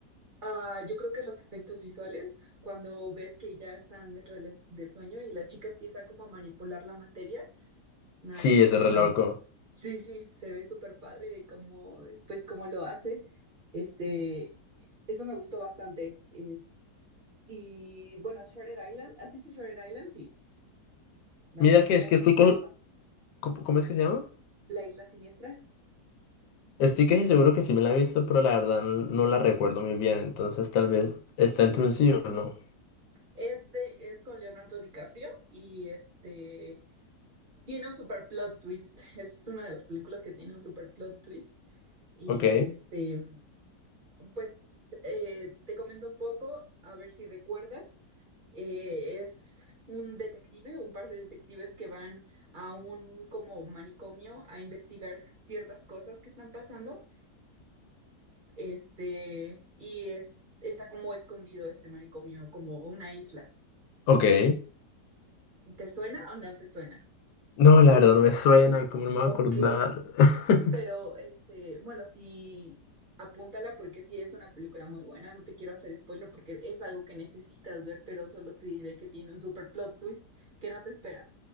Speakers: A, on the right; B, on the left.
A: Ah, yo creo que los efectos visuales, cuando ves que ya están dentro del, es- del sueño y la chica empieza como a manipular la materia. No,
B: Sí,
A: entonces,
B: ese reloj.
A: sí, sí, se ve súper padre como, pues, cómo lo hace. Este, eso me gustó bastante. Es- y bueno, Shutter Island, ¿has visto Shutter Island? Sí, la
B: Mira
A: de la
B: que
A: isla
B: es que
A: siniestra.
B: estoy, co- ¿Cómo, cómo es que se llama?
A: La isla siniestra
B: Estoy casi seguro que sí me la he visto, pero la verdad no la recuerdo muy bien, entonces tal vez está entre un sí o no.
A: es de, es con Leonardo DiCaprio y este tiene un super plot twist. Es una de las películas que tiene un super plot twist. Y
B: Ok,
A: este. Pues eh, te comento un poco, a ver si recuerdas. Eh, es un detective, un par de detectives que van a un como manicomio a investigar ciertas cosas que están pasando. Este, y es, está como escondido este manicomio, como una isla.
B: ok.
A: ¿Te suena o no te suena?
B: No, la verdad no me suena, ¿cómo no me voy
A: Ok,
B: a acordar? <laughs>
A: Pero, este, bueno, sí, apúntala porque sí es una película muy buena. No te quiero hacer spoiler porque es algo que necesitas ver, pero solo te diré que tiene un super plot twist que no te esperas.